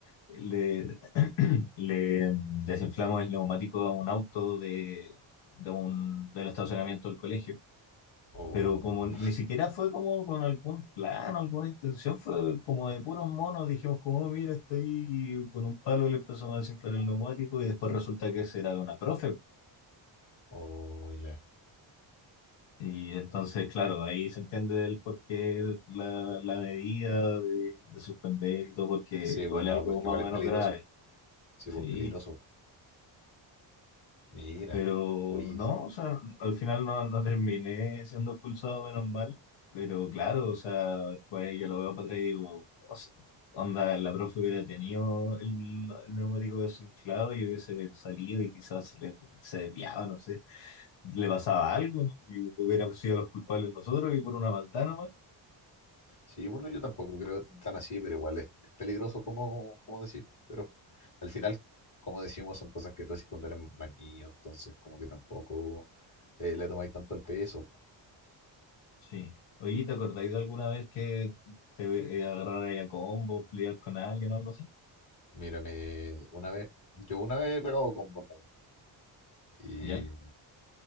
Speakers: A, on the left (about 85°); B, on the left (about 40°).
A: le, <clears throat> le mm, desinflamos el neumático a un auto de, de un, del estacionamiento del colegio.
B: Oh,
A: Pero como ni siquiera fue como con algún plan, alguna intención, fue como de puros monos, dijimos como, "Oh, mira, estoy con un palo, le empezamos a desinflar el neumático y después resulta que ese era de una profe.
B: oh, ya.
A: Y entonces, claro, de ahí se entiende el porqué la, la medida de, de suspender y todo, porque
B: Sí,
A: igual
B: pues no,
A: es algo
B: porque
A: más
B: igual es
A: o menos
B: peligroso.
A: grave.
B: Sí,
A: Sí,
B: pues peligroso. Mira.
A: pero
B: Oye,
A: no, o sea, al final no, no terminé siendo expulsado, menos mal. Pero claro, o sea, después yo lo veo para atrás y digo, o sea, onda, la profe hubiera tenido el, el neumático desinflado y hubiese salido y quizás se, le- se desviaba, no sé, le pasaba algo, ¿no? Y hubiéramos sido los culpables nosotros y por una maldad nomás.
B: Sí, bueno, yo tampoco creo tan así, pero igual es, es peligroso como, como decís, pues, pero al final, como decimos, son cosas que tú haces cuando eres más niño, entonces como que tampoco eh, le tomáis tanto el peso. po.
A: Sí. Oye, ¿te acordáis de alguna vez que te eh, agarrara ahí a combo, pelear con alguien o algo así?
B: Mírame, una vez, yo una vez he pegado con porno, y,
A: ¿Ya?